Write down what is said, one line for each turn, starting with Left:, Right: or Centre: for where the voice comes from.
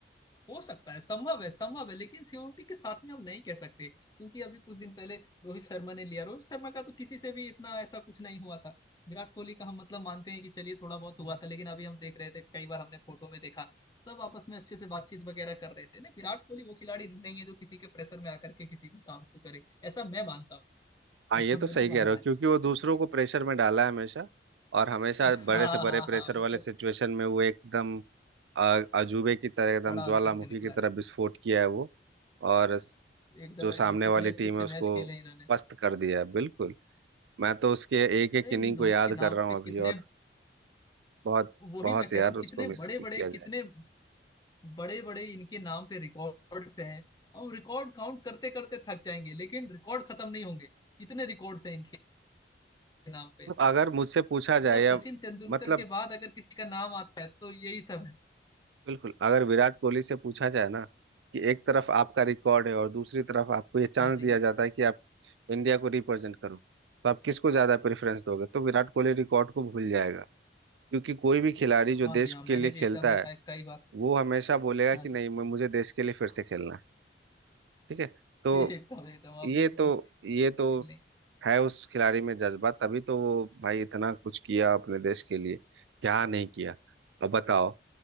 Left: हो सकता है संभव है संभव है लेकिन सीओटी के साथ में हम नहीं कह सकते क्योंकि अभी कुछ दिन पहले रोहित शर्मा ने लिया रोहित शर्मा का तो किसी से भी इतना ऐसा कुछ नहीं हुआ था विराट कोहली का हम मतलब मानते हैं कि चलिए थोड़ा बहुत हुआ था लेकिन अभी हम देख रहे थे कई बार हमने फोटो में देखा सब आपस में अच्छे से बातचीत वगैरह कर रहे थे ना विराट कोहली वो खिलाड़ी नहीं है जो किसी के प्रेशर में आकर के किसी भी काम को करे ऐसा मैं मानता हूँ
Right: हाँ
Left: ऐसा
Right: ये तो
Left: मेरा
Right: सही
Left: मानना
Right: कह रहे
Left: है
Right: हो क्योंकि वो दूसरों
Left: लेकिन
Right: को प्रेशर में डाला है हमेशा और हमेशा
Left: हाँ
Right: बड़े से बड़े
Left: हाँ
Right: प्रेशर
Left: हाँ वो
Right: वाले
Left: तो
Right: सिचुएशन में वो एकदम अ, अजूबे की तरह एकदम
Left: खड़ा
Right: ज्वालामुखी
Left: होकर के निकला
Right: की तरह
Left: है
Right: विस्फोट किया है वो और स-
Left: एकदम
Right: जो सामने
Left: एकदम
Right: वाली
Left: कितने अच्छे
Right: टीम
Left: अच्छे
Right: है उसको
Left: मैच खेले इन्होंने
Right: पस्त कर दिया है बिल्कुल मैं तो उसके
Left: अरे
Right: एक एक इनिंग
Left: इन दोनों
Right: को याद
Left: के नाम
Right: कर रहा हूँ
Left: पे
Right: अभी
Left: कितने
Right: और बहुत
Left: वही
Right: बहुत
Left: मैं कह
Right: यार
Left: रहा हूँ कितने
Right: उसको मिस
Left: बड़े
Right: किया
Left: बड़े
Right: जाएगा
Left: कितने बड़े बड़े इनके नाम पे रिकॉर्ड्स हैं हम रिकॉर्ड काउंट करते करते थक जाएंगे लेकिन रिकॉर्ड खत्म नहीं होंगे इतने रिकॉर्ड्स हैं इनके नाम पे
Right: अब अगर मुझसे पूछा
Left: मतलब
Right: जाए या
Left: सचिन तेंदुलकर
Right: मतलब
Left: के बाद अगर किसी का नाम आता है तो यही सब है
Right: बिल्कुल अगर विराट कोहली से पूछा जाए ना कि एक तरफ आपका रिकॉर्ड है और दूसरी तरफ आपको ये चांस
Left: हाँ जी
Right: दिया
Left: हाँ
Right: जाता है कि आप इंडिया को रिप्रेजेंट करो तो आप किसको ज्यादा प्रेफरेंस दोगे तो विराट कोहली रिकॉर्ड को भूल जाएगा क्योंकि कोई भी खिलाड़ी जो
Left: हाँ
Right: देश
Left: जी हाँ मैंने
Right: के लिए
Left: भी
Right: खेलता
Left: एकदम देखा
Right: है
Left: है कई बार
Right: वो हमेशा बोलेगा
Left: हाँ
Right: कि नहीं
Left: जी <laughs>
Right: मैं- मुझे देश के लिए फिर से खेलना है ठीक है तो
Left: जी एकदम एकदम अभी
Right: ये तो
Left: भी वो
Right: ये तो
Left: खेलने
Right: है उस खिलाड़ी में जज्बा तभी तो वो भाई इतना कुछ किया अपने देश के लिए क्या नहीं किया अब बताओ